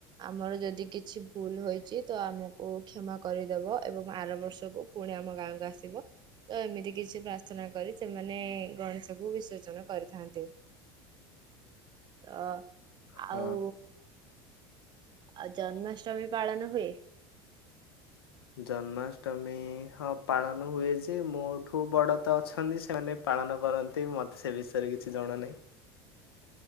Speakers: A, on the right; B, on the left.
A: ଆମର ଯଦି କିଛି ଭୁଲ୍ ହୋଇଛି ତ ଆମକୁ କ୍ଷମା କରିଦବ। ଏବଂ ଆର ବର୍ଷକୁ ପୁଣି ଆମ ଗାଁକୁ ଆସିବ। ତ ଏମିତି କିଛି ପ୍ରାର୍ଥନା କରି ସେମାନେ ଗଣେଶ କ ବିସର୍ଜନ କରିଥାନ୍ତି। ତ
B: ହଁ।
A: ଆଉ ଆଉ ଜନ୍ମାଷ୍ଟମୀ ପାଳନ ହୁଏ।
B: ଜନ୍ମାଷ୍ଟମୀ ହଁ ପାଳନ ହୁଏ ଯେ ମୋଠୁ ବଡ଼ ତ ଅଛନ୍ତି ସେମାନେ ପାଳନ କରନ୍ତି। ମେ ମୋତେ ସେ ବିଷୟରେ କିଛି ଜଣା ନାହିଁ।